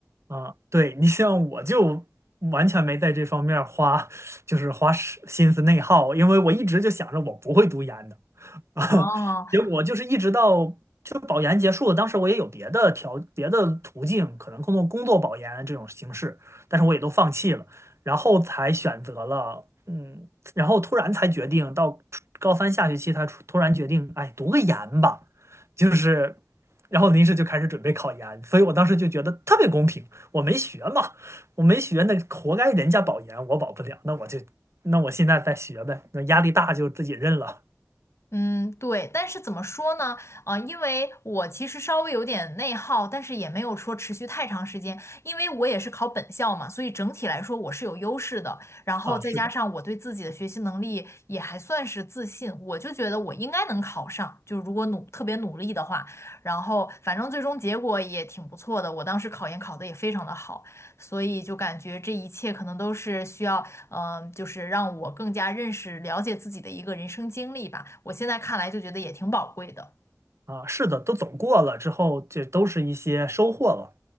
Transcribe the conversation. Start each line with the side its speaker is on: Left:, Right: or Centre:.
Right: 啊，对，你像我就完全没在这方面儿花，就是花时心思内耗，因为我一直就想着我不会读研的。<laughs> 啊，
Left: 哦，
Right: 结果就是一直到就保研结束了，当时我也有别的条别的途径，可能通过工作保研这种形式，但是我也都放弃了，然后才选择了嗯，然后突然才决定到初高三下学期，他突突然决定，哎，读个研吧，就是。然后临时就开始准备考研，所以我当时就觉得特别公平。我没学嘛，我没学，那活该人家保研，我保不了。那我就，那我现在再学呗。那压力大就自己认了
Left: 嗯，对，但是怎么说呢？呃，因为我其实稍微有点内耗，但是也没有说持续太长时间，因为我也是考本校嘛，所以整体来说我是有优势的。然后再加上我对自己的学习能力也还算是自信，
Right: 啊。是的。
Left: 我就觉得我应该能考上，就如果努，特别努力的话，然后反正最终结果也挺不错的，我当时考研考得也非常的好，所以就感觉这一切可能都是需要嗯，就是让我更加认识、了解自己的一个人生经历吧。我现在看来就觉得也挺宝贵的。
Right: 啊，是的，都走过了之后，这都是一些收获了。